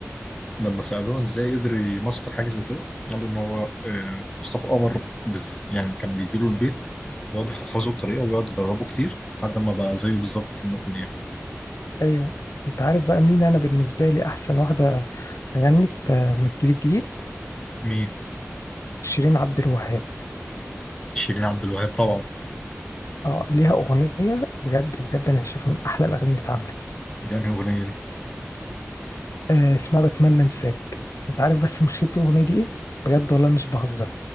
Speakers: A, on the left; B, on the left.
A: لما سالوه ازاي قدر يمسطر حاجه زي كده قالوا ان هو آه، مصطفى قمر بز يعني كان بيجي له البيت يقعد يحفظه الطريقه ويقعد يدربه كتير لحد ما بقى زيه بالظبط في النقطه دي
B: ايوه انت عارف بقى مين انا بالنسبة لي احسن واحدة غنت آه، من الجيل الجديد
A: مين
B: شيرين عبد الوهاب
A: شيرين عبد الوهاب طبعا
B: اه ليها اغنية بجد بجد انا شايفها من احلى الاغاني اللي اتعملت
A: دي انهي اغنيه دي
B: آه اسمها بتمنى انساك انت عارف بس مشكلة الأغنية دي ايه بجد والله مش بهزر